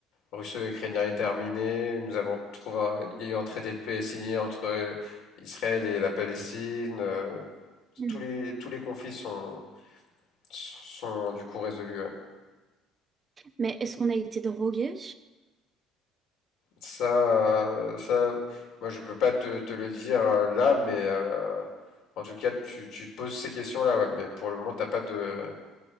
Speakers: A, on the left; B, on the right.
A: russo-ukrainien est terminé. Nous avons trouvé un, il y a eu un traité de paix signé entre Israël et la Palestine. Euh,
B: Mm.
A: tous les, tous les conflits sont, sont du coup résolus. ouais.
B: Mais est-ce qu'on a été drogué?
A: Ça, euh, ça, moi je peux pas te, te le dire euh, là, mais euh, en tout cas tu, tu te poses ces questions-là, ouais, mais pour le moment t'as pas de,